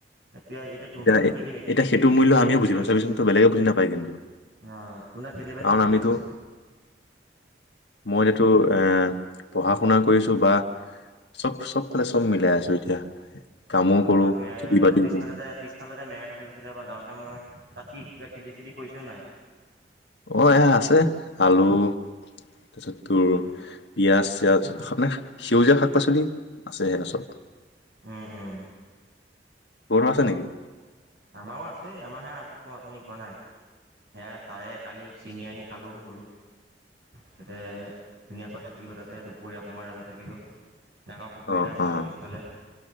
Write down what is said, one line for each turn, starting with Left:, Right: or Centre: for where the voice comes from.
Right: এতিয়া-এতিয়া তোৰ
Left: এতিয়া
Right: তাত খেতি কি খেতি
Left: এতিয়া
Right: কি
Left: সেইটো মূল্য
Right: খেতি-বাতি
Left: আমিয়ে
Right: কি
Left: বুজি
Right: কৰিছে?
Left: পাওঁ চাবিচোন তো বেলেগে বুজি নাপায় কিন্তু
Right: অ তোনা খেতি-বাতি
Left: কাৰণ
Right: কি
Left: আমিতো
Right: কৰিছে?
Left: মই এতিয়া টো এ পঢ়া-শুনা কৰিছোঁ বা চব-চবফালে চব মিলাই আছোঁ এতিয়া। কামো
Right: অঁ
Left: কৰো
Right: <unintelligible>
Left: খেতি
Right: তোনত
Left: বাতিও
Right: পিছফালে
Left: কৰো
Right: যে পিছ ইফালতে মেৰা এটা দেখিছিলোঁ এবাৰ যাওঁতে মই তাত কি কিবা খেতি-চেতি কৰিছা নাই?
Left: অ এ আছে আলু, তাৰপিছত তোৰ
Right: উম,
Left: পিয়াঁজ-চিয়াজ। হয় নে সেউজীয়া শাক পাচলি আছে আচলতে।
Right: উম-উম!
Left: গৰু আছে নেকি
Right: আমাৰও আছেই আমাৰাহে আত তোক মই উঠনি কোৱা নাই সেয়া তাৰে কালি ছিঙি আনি খালোঁ বোলো। তাতে ধুনীয়াকৈ থাকিলোঁ তাতে দুপৰীয়া সময় আৰু থাকিলোঁ। ডাঙৰ পুখুৰী
Left: অ
Right: এটা আছে
Left: অ
Right: আমাৰ পিছফালে